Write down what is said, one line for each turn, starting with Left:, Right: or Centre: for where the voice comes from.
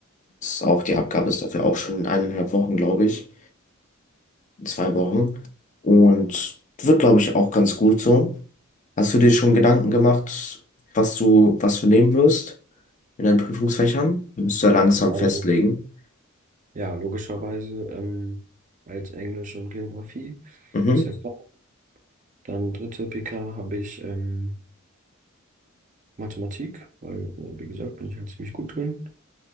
Left: Das ist auch, die Abgabe ist dafür auch schon in eineinhalb Wochen, glaube ich. In zwei Wochen. Und wird, glaube ich, auch ganz gut so. Hast du dir schon Gedanken gemacht, was du, was du nehmen wirst in deinen Prüfungsfächern? Die musst du ja langsam
Right: Also,
Left: festlegen.
Right: ja, logischerweise ähm, als Englisch und Geografie,
Left: Mhm,
Right: ist ja klar. Dann dritte PK habe ich ähm, Mathematik, weil, äh, wie gesagt, bin ich halt ziemlich gut drin.